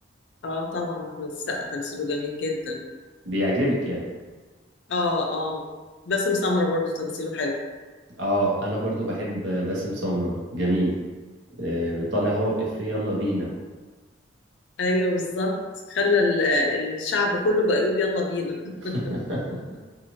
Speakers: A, on the left; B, on the right.
A: اه طبعا احمد السقا تمثيله جميل جدا
B: بيعجبك يعني
A: اه اه باسم سمرة برضه تمثيله حلو
B: اه انا برضو بحب باسم سمرة جميل آه، طالع هو بإفيه يلا بينا
A: ايوه بالظبط خلى ال- الشعب كله بقى يقول يلا بينا <laughs>
B: <laughs>